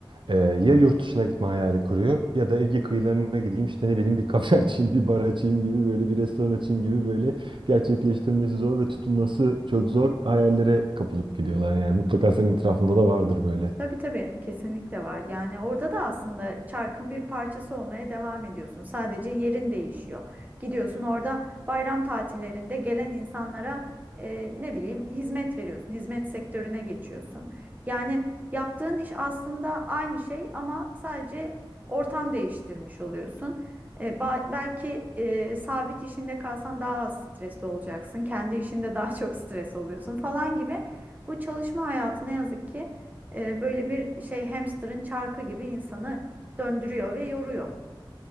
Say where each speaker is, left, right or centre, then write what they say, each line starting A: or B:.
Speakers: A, on the right (about 65°); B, on the right (about 20°).
A: eee, ya yurt dışına gitme hayali kuruyor ya da Ege kıyılarına gideyim işte ne bileyim bir kafe <laughs> açayım, bir bar açayım gibi böyle bir restoran açayım gibi böyle gerçekleştirmesi zor ve tutunması çok zor hayallere kapılıp gidiyorlar yani mutlaka senin etrafında da vardır böyle.
B: Tabii tabii kesinlikle var. Yani orada da aslında çarkın bir parçası olmaya devam ediyorsun. Sadece yerin değişiyor. Gidiyorsun orada bayram tatillerinde gelen insanlara e, ne bileyim hizmet veriyorsun. Hizmet sektörüne geçiyorsun. Yani yaptığın iş aslında aynı şey ama sadece ortam değiştirmiş oluyorsun. E, ba- belki e, sabit işinde kalsan daha az stresli olacaksın. Kendi işinde daha çok stres oluyorsun falan gibi. Bu çalışma hayatı ne yazık ki e, böyle bir şey hamsterın çarkı gibi insanı döndürüyor ve yoruyor.